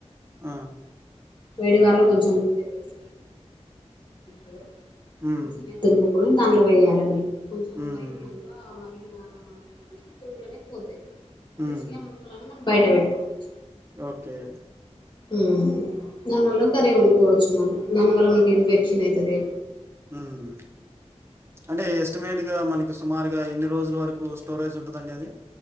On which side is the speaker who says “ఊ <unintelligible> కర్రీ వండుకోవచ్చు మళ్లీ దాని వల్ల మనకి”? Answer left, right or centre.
Left